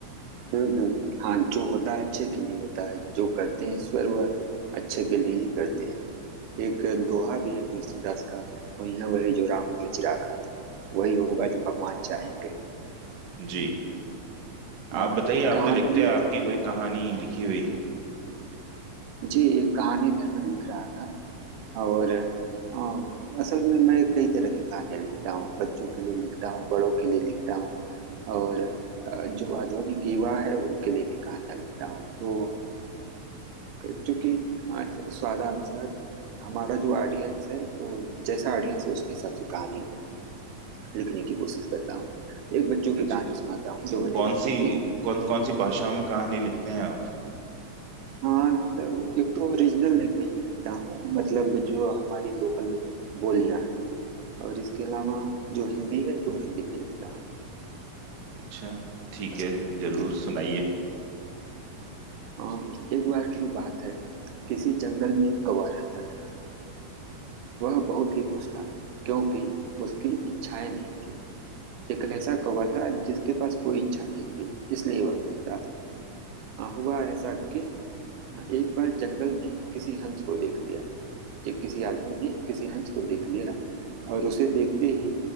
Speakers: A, on the right (about 80°); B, on the right (about 65°).
A: हम्म हम्म, हाँ जो होता है अच्छे के लिए होता है जो करते हैं ईश्वर वह अच्छे के लिए ही करते हैं एक दोहा भी है तुलसीदास का वही है वही जो राम रुचि राखा वही होगा जो भगवान चाहेंगे
B: है जी
A: आ,
B: आप बताइए आप
A: कहानी
B: तो लिखते हैं आपकी कोई कहानी लिखी हुई
A: जी एक कहानी इधर में लिख रहा था और आ, असल में मैं कई तरह की कहानियां लिखता हूँ बच्चों के लिए लिखता हूँ बड़ों के लिए लिखता हूँ और आ, जो आधुनिक युवा है उनके लिए भी कहानियां लिखता हूँ तो क्योंकि अ, स्वादानुसार हमारा जो ऑडियंस है तो जैसा ऑडियंस है उसके हिसाब से कहानी लिखने की कोशिश करता हूँ एक बच्चों की
B: अच्छा
A: कहानी सुनाता हूँ जो मैंने
B: कौन
A: लिखी
B: सी
A: थी
B: कौन कौन सी भाषाओं में कहानी लिखते हैं आप
A: हाँ एक तो रीजनल लैंग्वेज में लिखता हूँ मतलब जो हमारी लोकल बोलियां हैं और इसके अलावा जो हिंदी है तो हिंदी में लिखता हूँ
B: अच्छा ठीक
A: बस
B: है जरूर
A: जी जी
B: सुनाइए
A: हाँ एक बार की बात है किसी जंगल में एक कौवा रहता था वह बहुत ही खुश था क्योंकि उसकी इच्छाएं नहीं थी एक ऐसा कौवा था जिसके पास कोई इच्छा नहीं थी इसलिए वह खुश था हाँ, हुआ ऐसा कि हाँ, एक बार जंगल में किसी हंस को देख लिया एक किसी आदमी ने किसी हंस को देख लिया और उसे देखते ही